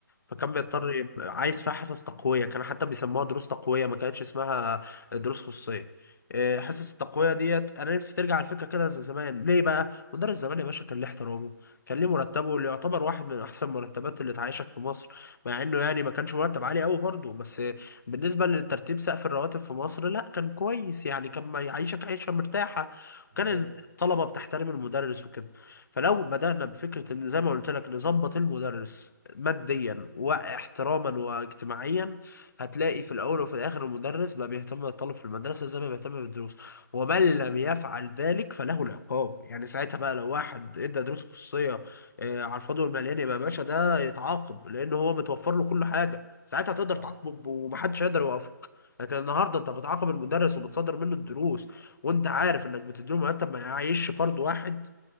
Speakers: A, on the left; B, on the right.
A: فكان
B: بالظبط
A: بيضطر يبقى عايز فيها حصص تقويه كان حتى بيسموها دروس تقويه ما كانتش اسمها دروس خصوصيه إيه، حصص التقويه ديت انا نفسي ترجع الفكره كده زي زمان ليه بقى مدرس زمان يا باشا كان ليه احترامه كان ليه مرتبه اللي يعتبر واحد من احسن مرتبات اللي تعيشك في مصر مع انه يعني ما كانش مرتب عالي قوي برضه بس بالنسبه لترتيب سقف الرواتب في مصر لا كان كويس يعني كان ما يعيشك عيشه مرتاحه
B: بالظبط
A: كان طلبة بتحترم المدرس وكده فلو بدأنا بفكرة ان زي ما قلت لك نظبط المدرس ماديا واحتراما واجتماعيا هتلاقي في الاول وفي الاخر المدرس بقى بيهتم بالطالب في المدرسة زي ما بيهتم بالدروس ومن لم يفعل ذلك فله العقاب يعني ساعتها بقى لو واحد ادى دروس خصوصية آه، على الفاضي والمليان يبقى يا باشا ده يتعاقب لان هو متوفر له كل حاجة ساعتها تقدر
B: صح
A: تعاقبه ومحدش هيقدر يوقفك لكن النهارده انت بتعاقب المدرس وبتصدر منه الدروس وانت عارف انك بتديله مرتب ما يعيش فرد واحد